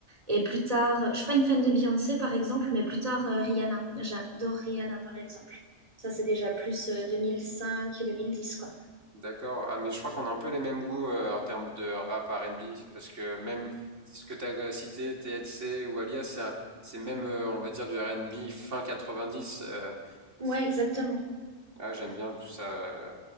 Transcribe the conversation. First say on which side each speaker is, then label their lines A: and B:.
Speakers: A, on the right (about 30°); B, on the right (about 80°).
A: Et plus tard, je suis pas une fan de Beyoncé par exemple, mais plus tard euh, Rihanna. J'adore Rihanna par exemple. Ça c'est déjà plus euh, 2005-2010 quoi.
B: D'accord. Ah, mais je crois qu'on a un peu les mêmes goûts euh, en termes de rap R&B, parce que même ce que t'as cité, TLC ou Alias, c'est un- c'est même, euh, on va dire, du R&B fin 90. euh,
A: Ouais,
B: c'est-
A: exactement.
B: ah, j'aime bien tout ça.